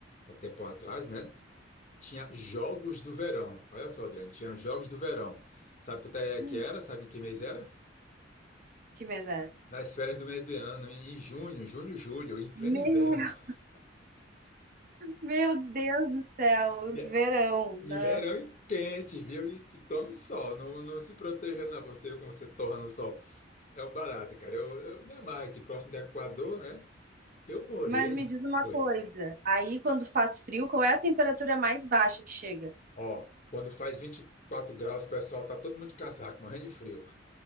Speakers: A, on the left (about 40°); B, on the right (about 50°).
A: há um tempo atrás, né? Tinha Jogos do Verão. Olha só, Adriano, tinha Jogos do Verão. Sabe quanto é
B: Hum,
A: que era? Sabe em que mês era?
B: Que mês
A: Nas férias do meio do ano, em em junho, junho, julho, em pleno
B: Meu,
A: inverno. <laughs>
B: meu Deus do céu,
A: E, é-
B: verão,
A: e
B: nossa.
A: verão e quente, viu? E, e tome sol, não, não se proteja não, você como você torra no sol. É um barato, cara. Eu, eu me amarro aqui, próximo do Equador, né? Eu morei
B: Mas me
A: em...
B: diz uma
A: Oi.
B: coisa, aí quando faz frio, qual é a temperatura mais baixa que chega?
A: Ó, quando faz 24 graus, o pessoal tá todo mundo de casaco, morrendo de frio.